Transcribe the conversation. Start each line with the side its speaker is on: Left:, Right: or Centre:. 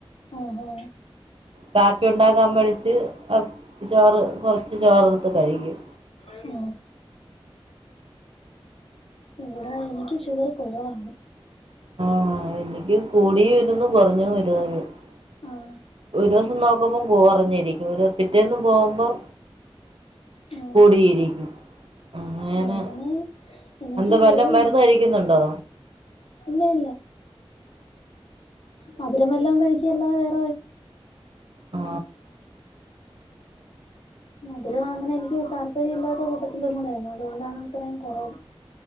Left: ആ ആ
Right: കാപ്പി ഒണ്ടാക്കാൻ മടിച്ച് ചോറ് കൊറച്ച് ചോറെടുത്ത് കഴിക്കും
Left: ഓ ഇവിടെ എനിക്ക് ഷുഗറ് കുറവാണ്
Right: ആ എനിക്ക് കൂടിയും ഇരുന്ന് കൊറഞ്ഞും <unintelligible>
Left: ആ
Right: ഒരു ദിവസം നോക്കുമ്പം കൊറഞ്ഞിരിക്കും ഒരു പിറ്റേന്ന് പോകുമ്പം
Left: ആ
Right: കൂടിയിരിക്കും അങ്ങനെ
Left: ആ ഞാൻ എനിക്ക്
Right: എന്താ വല്ല
Left: പൊതുവേ
Right: മരുന്ന് കഴിക്കുന്നുണ്ടോ
Left: ഇല്ല ഇല്ല മധുരമെല്ലാം കഴിച്ചു <unintelligible>
Right: ആ
Left: മധുരം അങ്ങനെ എനിക്ക് താല്പര്യം ഇല്ലാത്ത കൂട്ടത്തിലും കൂടെയാണ് അതുകൊണ്ടാണ് അത്രയും കുറവ്